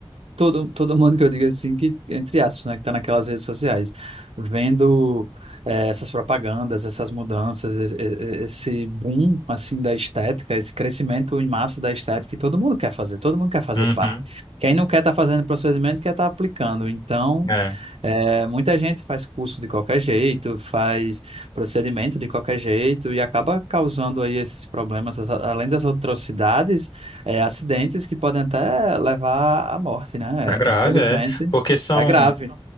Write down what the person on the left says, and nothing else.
Uhum.
É,
é grave,
é, porque são,